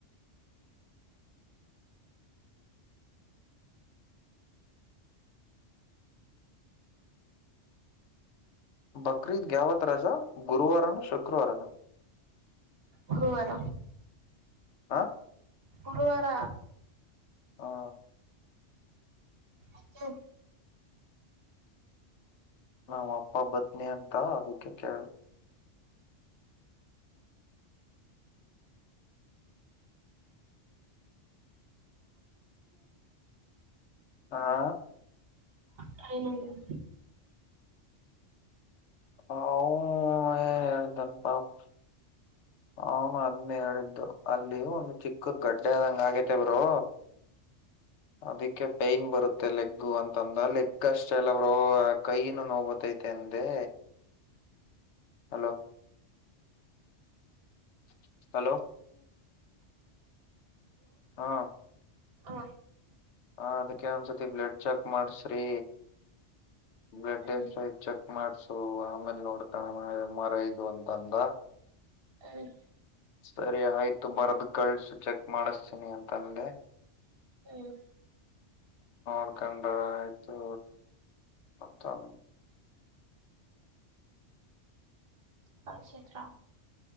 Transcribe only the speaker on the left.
ಬಕ್ರೀದ್ಗ್ ಯಾವತ್ ರಜಾ ಗುರುವಾರನ ಶುಕ್ರವಾರನ?
ಹಾ
ಹಾ
ನಮ್ ಅಪ್ಪ ಬತ್ನಿ ಅಂತ ಅದಕ್ಕೆ ಕೇಳ್ದೆ. ಹಾ
ಅವ ಏನ್ ಹೇಳತನ್ ಪಾಪ್ ಅವ್ನು ಅದ್ನೇ ಹೇಳಿದ್ದು ಅಲ್ಲಿ ಒಂದು ಚಿಕ್ಕುದ್ ಗಡ್ಡೆ ಆದಂಗ್ ಆಗೇತೆ ಬ್ರೋ. ಅದಕ್ಕೆ ಪೈನ್ ಬರುತ್ತೆ ಲೆಗ್ ಅಂತಂದ ಲೆಗ್ ಅಷ್ಟೆ ಅಲ್ಲ ಬ್ರೋ ಕೈನುೂ ನೋವ್ ಬತೈತೆ ಅಂದೆ. ಹಲೋ <inaudible> ಹಲೋ ಹಾ
ಹ ಅದಕ್ಕೆ ಒಂದ್ಸತಿ ಬ್ಲಡ್ ಚೆಕ್ ಮಾಡಸ್ರಿ ಬ್ಲಡ್ <unintelligible>
ಚೆಕ್ ಮಾಡ್ಸ್ ಸೊ ಆಮೇಲೆ ನೋಡ್ಕೋಣನ ಎಮ್ ಆರ್ ಐದು ಅಂತಂದ.
ಸರಿ ಆಯ್ತು ಬರ್ದ್ ಕಳ್ಸು ಚೆಕ್ ಮಾಡಿಸ್ತೀನಿ ಅಂತಂದೆ
ನೋಡ್ಕಂಡ್ರ ಆಯ್ತು ಮತ್ತನ್